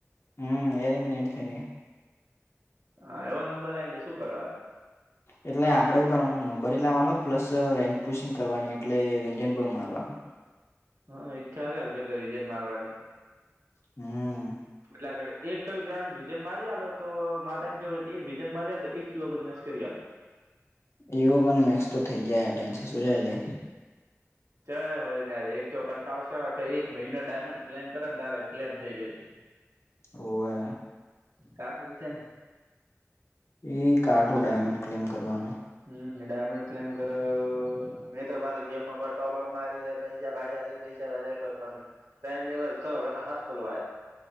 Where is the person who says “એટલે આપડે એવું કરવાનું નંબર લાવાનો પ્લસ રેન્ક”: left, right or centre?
Left